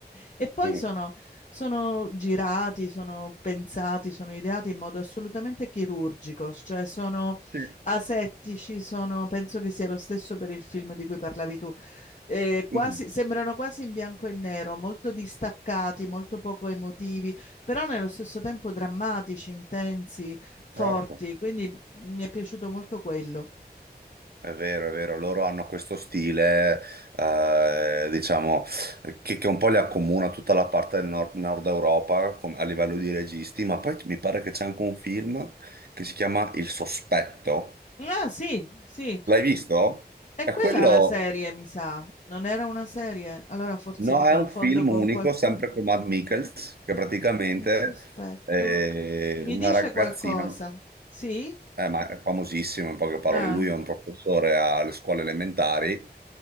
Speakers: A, on the left (about 45°); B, on the right (about 65°).
A: E poi
B: Mm.
A: sono, sono girati, sono pensati, sono ideati in modo assolutamente chirurgico, cioè sono
B: Sì.
A: asettici, sono, penso che sia lo stesso per il film di cui parlavi tu. Eh, quasi,
B: Mm.
A: sembrano quasi in bianco e nero, molto distaccati, molto poco emotivi, però nello stesso tempo drammatici, intensi, forti.
B: Certo.
A: Quindi mi è piaciuto molto quello.
B: È vero, è vero, loro hanno questo stile, eh, diciamo, che, che un po' li accomuna tutta la parte del nord, nord Europa com- a livello di registi, ma poi mi pare che c'è anche un film che si chiama Il Sospetto.
A: Ah, sì, sì,
B: L'hai visto?
A: E
B: È
A: quella
B: quello,
A: è la serie, mi sa. Non era una serie? Allora forse
B: no,
A: mi confondo
B: è un film
A: con
B: unico,
A: qualcuno.
B: sempre con Matt Mikkels, che praticamente
A: Il sospetto
B: è
A: mi
B: una
A: dice
B: ragazzina,
A: qualcosa. Sì?
B: eh, ma è famosissimo in poche parole,
A: Ah.
B: lui è un professore alle scuole elementari